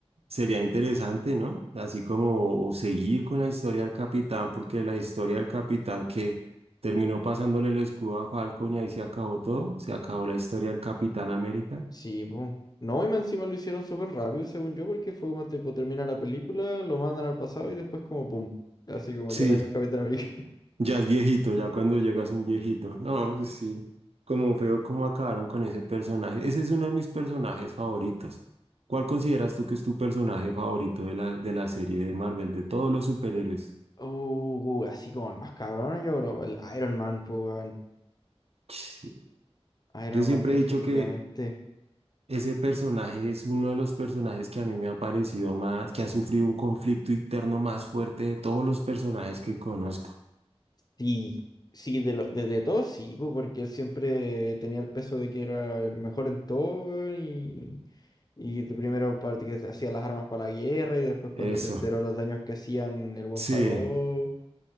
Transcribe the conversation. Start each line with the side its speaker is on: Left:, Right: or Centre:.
Right: sería interesante, ¿no? Así como o seguir con la historia del capitán, porque la historia del capitán que terminó pasándole el escudo a Falcon y ahí se acabó todo, se acabó la historia del Capitán América.
Left: Sí, po. No, y más encima lo hicieron súper rápido, según yo, porque fue como tipo termina la película, lo mandan al pasado y después como pum. Así como
Right: Sí,
Left: ya no hay más Capitán América.
Right: Ya es viejito, ya cuando llegas un viejito. No,
Left: <laughs>
Right: pues sí. Como feo cómo acabaron con ese personaje. Ese es uno de mis personajes favoritos. ¿Cuál consideras tú que es tu personaje favorito de la, de la serie de Marvel, de todos los superhéroes?
Left: Uh, así como el más cabrón, yo creo, el Iron Man, pues, weón.
Right: Sí.
Left: Iron
Right: Yo siempre
Left: Man definitivamente.
Right: he dicho que ese personaje es uno de los personajes que a mí me ha parecido más, que ha sufrido un conflicto interno más fuerte de todos los personajes que conozco.
Left: Sí, sí, de lo, de, de todo sí, pues, porque él siempre tenía el peso de que era el mejor en todo, weón, y, y de primero parte que hacía las armas para la guerra y después cuando
Right: Eso.
Left: se enteró los daños que hacían, el buen
Right: Sí.
Left: paró.